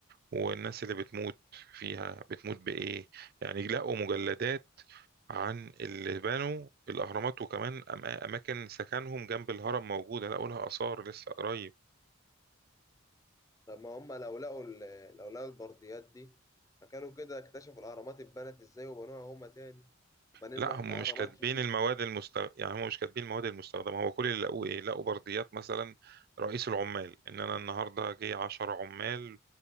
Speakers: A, on the right; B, on the left.
A: والناس اللي بتموت فيها بتموت بإيه يعني لقوا مجلدات عن اللي بنوا الأهرامات وكمان أم- أماكن سكنهم جنب الهرم موجودة لقوا لها آثار لسه قريب
B: طب ما هم لو لقوا ال- لو لقوا البرديات دي فكانوا كده اكتشفوا الأهرامات اتبنت ازاي وبنوها هما تاني وبنينا
A: لا
B: احنا
A: هم مش
B: أهرامات
A: كاتبين
B: جديدة
A: المواد المستخ... يعني هم مش كاتبين المواد المستخدمة هو كل اللي لقوه إيه لقوا برديات مثلا رئيس العمال إن أنا النهاردة جه 10 عمال